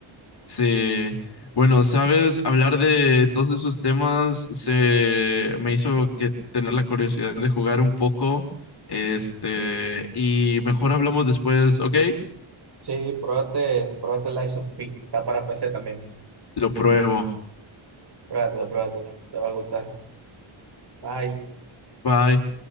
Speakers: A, on the left; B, on the right.
A: Sí. Bueno, sabes, hablar de todos esos temas se me hizo que tener la curiosidad de jugar un poco. Este, y mejor hablamos después, ¿ok?
B: Sí, pruébate, pruébate Lies of P. Está para PC también.
A: Lo pruebo.
B: Pruébatelo, pruébatelo. Te va a gustar. Bye.
A: Bye.